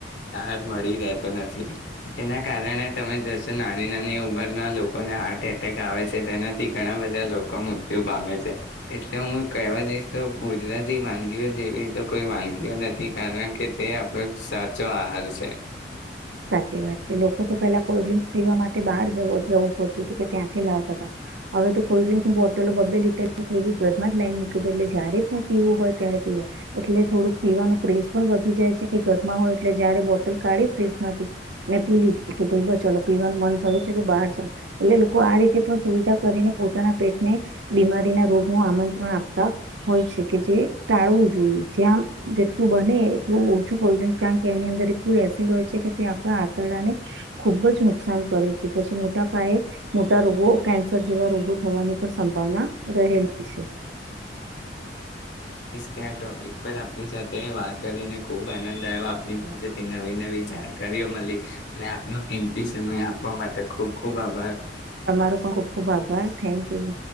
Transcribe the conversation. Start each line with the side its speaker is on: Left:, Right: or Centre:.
Left: એમ મળતો નથી તેના કારણે તમે જશો નાની નાની ઉંમરના લોકોને હાર્ટ એટેક આવે છે તેનાથી ઘણા બધા લોકો મૃત્યુ પામે છે એટલે હું કહેવા જઈશ તો ગુજરાતી વાનગીઓ જેવી તો કોઈ વાનગીઓ નથી કારણ કે તે આપણો સાચો આહાર છે
Right: સાચી વાત છે લોકો તો પેલા કોલ્ડ્રિંક્સ પીવા માટે બહાર જ જવું પડતું હતું કે ત્યાંથી લાવતા હતા હવે તો કોલ્ડ્રિંક્સની બોટલો બબે લીટર કે એવી ઘરમાં જ લાઈન મૂકી દે એટ જય્યારે પણ પીવું હોય ત્યારે પીવાય એટલે થોડુંક પીવાનું <unintelligible> પણ વધી જાય છે કે ઘરમાં હોય એટલે જારે બોટલ કાઢી <unintelligible> ને પીય લીધી કે ભાઈ ચાલ પીવાનું મન થયું છે તો બહાર ચાલ એટલે લોકો આ રીતે પણ સુવિધા કરીને પોતાના પેટને બીમારી ના રોગ નું આમંત્રણ આપતા હોય છે કે જે ટાળવું જોઈએ જ્યાં જેટલું બને એટલું ઓછું કોલ્ડ્રિંક કારણ કે એની અંદર એટલું એસિડ હોય છે કે તે આપણા આંતરડાને ખુબ જ નુકસાન કરે છે પછી મોટા પાયે મોટા રોગો કેન્સર જેવા રોગો થવાની પણ સંભાવના રહેલી છે
Left: ક્યાં ટોપિક પર આપની સાથે વાત કરીને ખુબ આનંદ આવ્યો આપની પાસેથી નવી નવી જાણકારીઓ મલી ને આપનો કીંમતી સમય આપ આપવા માટે ખૂબ ખૂબ આભાર
Right: તમારો પણ ખુબ ખુબ આભાર થેન્ક યુ